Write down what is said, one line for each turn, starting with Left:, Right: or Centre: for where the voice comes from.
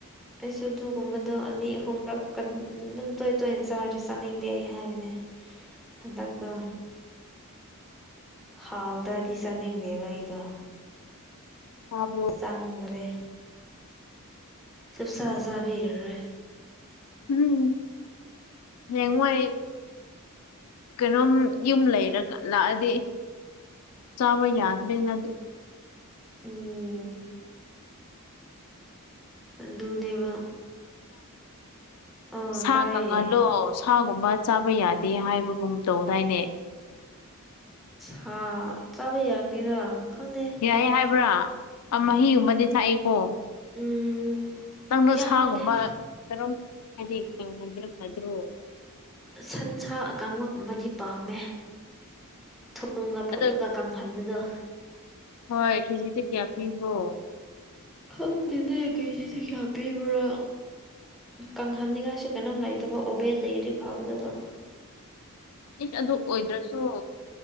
Centre: ꯑꯩꯁꯨ ꯑꯗꯨꯒꯨꯝꯕꯗꯣ ꯑꯅꯤ ꯑꯍꯨꯝꯔꯛ ꯑꯗꯨꯝ ꯇꯣꯏ ꯇꯣꯏꯅ ꯆꯥꯔꯗꯤ ꯆꯥꯅꯤꯡꯗꯦ ꯑꯩ ꯍꯥꯏꯕꯅꯦ ꯍꯥꯟꯗꯇ ꯍꯥꯎ ꯎꯗꯔꯗꯤ ꯆꯅꯤꯡꯗꯦꯕ ꯑꯩꯗꯣ
Left: ꯇꯥꯕ꯭ꯔꯣ
Centre: ꯆꯪꯗꯦ ꯁ ꯁꯥꯁ ꯁꯥꯕꯤꯔꯔꯦ
Left: ꯎꯝ ꯍꯉꯥꯏ ꯀꯩꯅꯣꯝ ꯌꯨꯝ ꯂꯩꯔ ꯂꯥꯛꯑꯗꯤ ꯆꯥꯎꯥꯕ ꯌꯥꯗ ꯃꯅ
Centre: ꯎꯝ ꯑꯗꯨꯗꯨꯗꯕ ꯑꯥ
Left: ꯁꯥ
Centre: ꯇꯥꯏꯌꯦ
Left: ꯀꯪꯍꯜꯂꯣ ꯁꯥꯒꯨꯝꯕ ꯆꯥꯕ ꯌꯥꯗꯦ ꯍꯥꯏꯕꯒꯨꯝ ꯇꯧꯗꯥꯏꯅꯦ
Centre: ꯍꯥ ꯆꯥꯕ ꯌꯥꯒꯅꯤꯗ ꯈꯪꯗꯦ
Left: ꯌꯥꯏꯦ ꯍꯥꯏꯕ꯭ꯔꯥ ꯃꯍꯤꯒꯨꯝꯕꯗꯤ ꯊꯥꯛꯏꯦꯀꯣ
Centre: ꯎꯝ
Left: ꯅꯪꯅ
Centre: ꯌꯥꯒꯅꯤ
Left: ꯁꯥꯒꯨꯝꯕ ꯀꯔꯝ ꯍꯥꯏꯗꯤꯕꯤꯔꯝ ꯍꯥꯏꯗ꯭ꯔꯣ
Centre: ꯁꯟ ꯁꯥ ꯀꯥꯡꯂꯨꯞꯨꯝꯃꯗꯤ ꯄꯥꯝꯃꯦ ꯊꯨꯝꯒ ꯐꯨꯠꯂꯒ
Left: ꯑꯗ
Centre: ꯀꯥꯡꯈꯟꯕꯗꯣ
Left: ꯍꯣꯏ ꯈꯦꯖꯤꯗ ꯀꯌꯥ ꯄꯤꯕꯣ
Centre: ꯈꯪꯗꯦꯅꯦ ꯀꯦꯖꯤꯗꯤ ꯀꯌꯥ ꯄꯤꯕ꯭ꯔꯥ ꯀꯪꯍꯟꯅꯤꯡꯉꯥꯏꯁꯨ ꯀꯩꯅꯣꯝ ꯂꯩꯇꯕ ꯑꯣꯕꯦꯜ ꯂꯩꯗꯤ ꯐꯥꯒꯗꯕ
Left: ꯏꯁ ꯑꯗꯨ ꯑꯣꯏꯗ꯭ꯔꯁꯨ